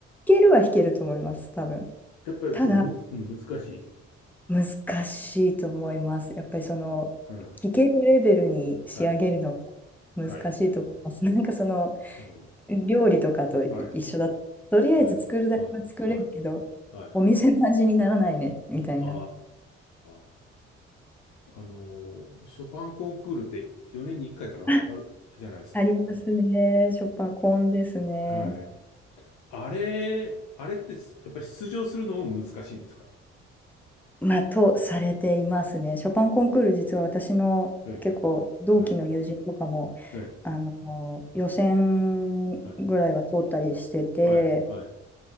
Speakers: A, in the centre; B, on the left (about 65°).
A: けるは弾けると思います、多分。
B: やっぱり、
A: ただ
B: その、む、うん、難しい。
A: 難しいと思います。やっぱりその聞けるレベルに仕上げるのが
B: うん。はい。
A: 難しいと思います。
B: はい。
A: <laughs> なんかその
B: うん。
A: 料理とかと一緒だと、
B: はい。
A: とりあえず作るだけは作れるけど、
B: はい、はい、はい、はい。
A: お店の味にならないねみたいな。
B: ああ、あのー、ショパンコンクールって4年に1回かいかなある、
A: <laughs>
B: じゃないですか。
A: ありますね。ショパンコンですね。
B: はい。あれ、あれってすやっぱり出場するのも難しいんですか
A: まあ、とされていますね。ショパンコンクール、実は私の結構同期の友人とかも、
B: ええ、はい、ええ、
A: あの、予選ぐらいは通ったりしてて、
B: はい、はい、はい、